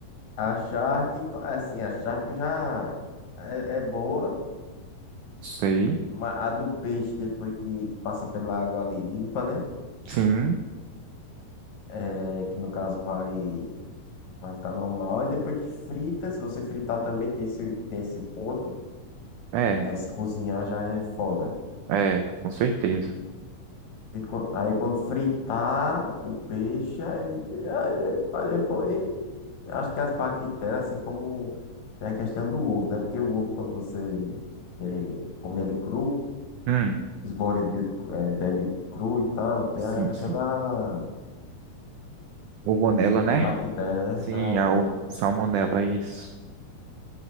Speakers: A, on the left (about 55°); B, on the right (about 85°).
A: achar que, co- assim, achar que já é, é boa,
B: Sei.
A: mas a do peixe, depois que, que passa pela água ali, limpa, né?
B: Sim.
A: É, que no caso vai. Vai ficar normal. E depois que frita, se você fritar também tem esse, tem esse ponto,
B: É,
A: que aí se cozinhar já é foda.
B: é, com certeza.
A: E co- aí quando fritar o peixe, aí, aí de- aí depois, acho que as bactérias, assim como tem a questão do ovo, né? Porque o ovo, quando você tem, come ele cru,
B: Hum,
A: os bodybuilders é, bebe cru e tal, tem
B: sim,
A: a questão
B: sim.
A: da,
B: Rogonela,
A: da
B: né?
A: bactéria, né?
B: Sim,
A: essa São,
B: a
A: né?
B: o- salmonela, isso.